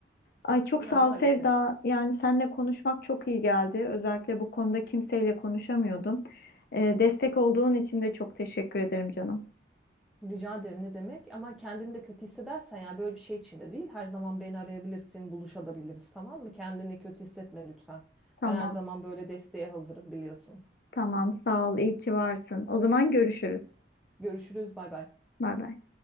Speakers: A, on the left; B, in the centre.
A: Ay çok
B: Ya
A: sağ
B: maalesef.
A: ol Sevda. Yani seninle konuşmak çok iyi geldi. Özellikle bu konuda kimseyle konuşamıyordum. E, destek olduğun için de çok teşekkür ederim canım.
B: Rica ederim ne demek ama kendini de kötü hissedersen yani böyle bir şey içinde değil her zaman beni arayabilirsin buluşabiliriz tamam mı? Kendini kötü hissetme lütfen.
A: Tamam,
B: Ben her zaman böyle desteğe hazırım biliyorsun.
A: tamam sağ ol. İyi ki varsın. O zaman görüşürüz.
B: Görüşürüz bay bay.
A: Bay bay.